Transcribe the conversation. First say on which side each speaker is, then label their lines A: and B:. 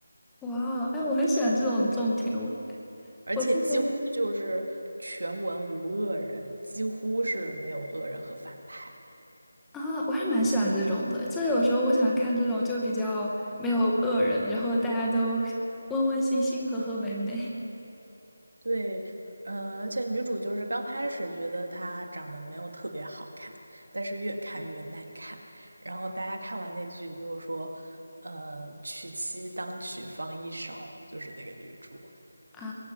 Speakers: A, in the centre; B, on the right.
A: 哇哦，哎，我很喜欢这种这种甜文，
B: 而且几乎就是全文无恶人，
A: 我之前
B: 几乎是没有恶人和反派。
A: 啊，我还是蛮喜欢这种的，这有时候我喜欢看这种就比较没有恶人，然后大家都 <laughs> 温温馨馨、和和美美
B: 对，嗯、而且女主就是刚开始觉得她长得没有特别好看，但是越看越耐看。然后大家看完那句都说，呃，娶妻当娶方一勺，就是那个女主。
A: <laughs> 啊